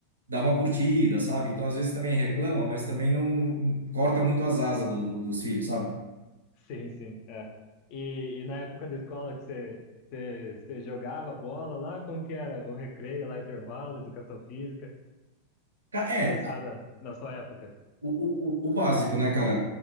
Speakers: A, on the right; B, on the left.
A: dá uma curtida, sabe? Então, às vezes também reclama, mas também não corta muito as asas do, do- dos filhos, sabe?
B: Sim, sim. É. E, e na época da escola que você, você, você jogava bola lá, como que era? O recreio lá, intervalo, educação física,
A: Ca- É,
B: criançada na sua época?
A: o, o, o o básico, né, cara?